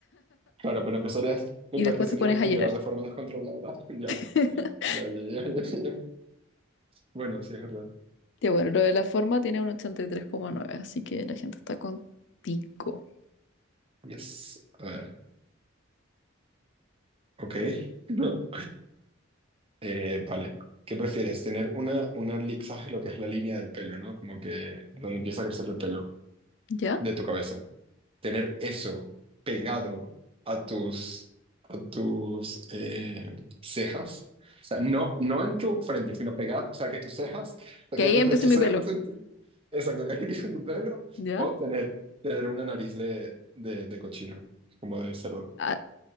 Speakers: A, on the right; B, on the left.
A: Claro, pero empezarías,
B: Y,
A: empezarías
B: y después te pones
A: a
B: a llorar.
A: llorar de forma descontrolada. <laughs> Ya,
B: <laughs>
A: ya, ya, ya, ya. ya. Bueno, sí, es verdad.
B: Ya bueno, lo de la forma tiene un ochenta y tres coma nueve así que la gente está contigo.
A: Yes. A ver, ok. <laughs> No. Eh, vale. ¿Qué prefieres? Tener una, una, li- ¿sabes lo que es la línea del pelo, no? Como que donde empieza a crecer el pelo
B: ¿Ya?
A: de tu cabeza. tener eso pegado a tus, a tus eh, cejas. O sea, no, no en tu frente, sino pegado, o sea, que tus cejas, o
B: Que
A: sea, que
B: ahí
A: desde
B: empieza
A: tus
B: mi
A: cejas,
B: pelo.
A: <laughs> exacto, que aquí en tu pelo,
B: ¿Ya?
A: o tener, tener una nariz de, de, de cochino, como de cerdo.
B: Ah,